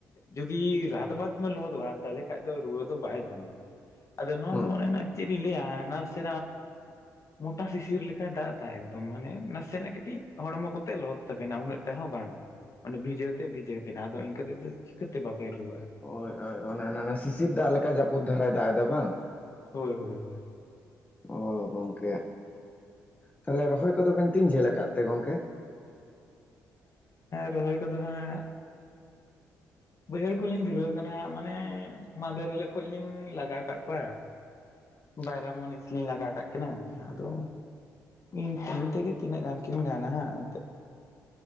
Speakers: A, on the left (about 45°); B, on the left (about 20°).
A: ᱡᱩᱫᱤ ᱨᱟᱛᱵᱟᱫ ᱮᱢ ᱞᱚᱦᱚᱫᱚᱜᱼᱟ ᱛᱟᱦᱚᱞᱮ ᱠᱷᱟᱱ ᱫᱚ ᱨᱩᱣᱟᱹ ᱫᱚ ᱵᱟᱭ ᱧᱟᱢ ᱵᱤᱱᱟ ᱟᱫᱚ ᱱᱟᱣᱟ
B: ᱦᱩᱸ
A: ᱫᱚ ᱵᱱᱟᱱᱟ ᱪᱮᱜ ᱤᱧ ᱞᱟᱹᱭᱟ ᱱᱟ ᱥᱮ ᱢᱚᱴᱟ ᱥᱤᱥᱤᱨ ᱞᱮᱠᱟᱭ ᱫᱟᱜ ᱫᱟᱭ ᱮᱠᱫᱚᱢ ᱢᱟᱱᱮ ᱱᱟᱥᱮᱱᱟᱜ ᱠᱟᱹᱴᱤᱡ ᱦᱚᱲᱢᱚ ᱠᱚᱛᱮ ᱞᱚᱦᱚᱫ ᱛᱟᱵᱮᱱᱟ ᱩᱱᱟᱹᱜ ᱴᱟᱜ ᱦᱚᱸ ᱵᱟᱝ ᱾ ᱢᱟᱱᱮ ᱵᱷᱤᱡᱟᱹᱣ ᱛᱮ ᱵᱷᱤᱡᱟᱹᱣ ᱵᱮᱱᱟ ᱟᱫᱚ ᱤᱱᱠᱟᱹ ᱛᱮᱫᱚ ᱪᱤᱠᱟᱹᱛᱮ ᱵᱟᱵᱮᱱ ᱨᱩᱣᱟᱹᱜᱼᱟ ᱾
B: ᱦᱭ ᱳᱭ ᱚᱱᱮ ᱚᱱᱟ ᱚᱱᱟ ᱥᱤᱥᱤᱨ ᱫᱟᱜ ᱞᱮᱠᱟ ᱡᱟᱹᱯᱩᱫ ᱫᱷᱟᱨᱟᱭ ᱫᱟᱜ ᱮᱫᱟ ᱵᱟᱝ ᱾
A: ᱦᱳᱭ ᱦᱳᱭ ᱦᱳᱭ
B: ᱚ ᱜᱚᱝᱠᱮ ᱛᱟᱦᱚᱞᱮ ᱨᱚᱦᱚᱭ ᱠᱚᱫᱚ ᱵᱤᱱ ᱛᱤᱧ ᱡᱷᱟᱹᱞ ᱟᱠᱟᱫ ᱛᱮ ᱜᱚᱝᱠᱮ?
A: ᱨᱚᱦᱚᱭ ᱠᱚᱫᱚ ᱦᱟᱸᱜ ᱵᱟᱹᱭᱦᱟᱹᱲ ᱠᱷᱩᱞᱤᱧ ᱫᱷᱩᱨᱟᱹᱣ ᱠᱟᱱᱟ ᱢᱟᱱᱮ ᱢᱟᱫᱮᱨ ᱦᱤᱞᱳᱜ ᱠᱷᱚᱡ ᱞᱤᱧ ᱞᱟᱜᱟᱣ ᱠᱟᱜ ᱠᱚᱣᱟ ᱾
B: <inaudible>
A: ᱵᱟᱭᱨᱟ ᱢᱩᱱᱤᱥ ᱛᱷᱤᱱ ᱞᱟᱜᱟ ᱠᱟᱜ ᱠᱤᱱᱟᱹ ᱟᱫᱚ ᱤᱧ ᱛᱤᱱ ᱛᱮᱜᱮ ᱛᱤᱱᱟᱹᱜ ᱜᱟᱱ ᱠᱤᱱ ᱜᱟᱱᱟ ᱦᱟᱸᱜ ᱮᱱᱛᱮᱫ ᱾